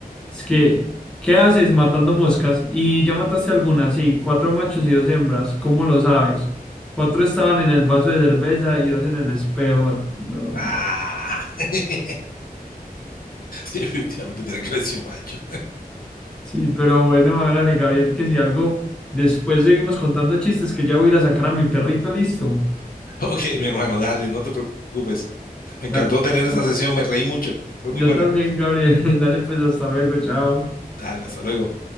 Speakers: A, in the centre; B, on the left.
A: Es que, ¿qué haces matando moscas? Y ya mataste algunas, sí, cuatro machos y dos hembras, ¿cómo lo sabes? Cuatro estaban en el vaso de cerveza y dos en el espejo. No,
B: Ah,
A: ya.
B: <laughs> definitivamente tiene que haber sido macho.
A: sí, pero bueno, hágale, Gabriel, que si algo, después seguimos contando chistes, que ya voy a ir a sacar a mi perrito, listo.
B: Ok, mi hermano, dale, no te preocupes. Me encantó
A: Dale.
B: tener esa sesión, me reí mucho. Fue
A: Yo
B: muy buena.
A: también, Gabriel. <laughs> Dale, pues hasta luego, chao.
B: Dale, hasta luego.